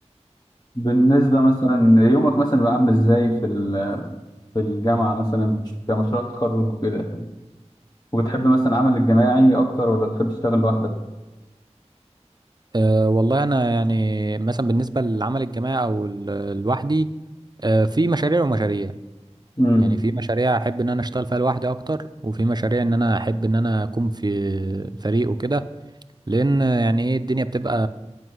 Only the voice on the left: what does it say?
بالنسبة مثلا يومك مثلا بيبقى عامل ازاي في ال- في الجامعة مثلا كمشروع تخرج وكده وبتحب مثلا العمل الجماعي أكتر ولا بتحب تشتغل لوحدك؟
امم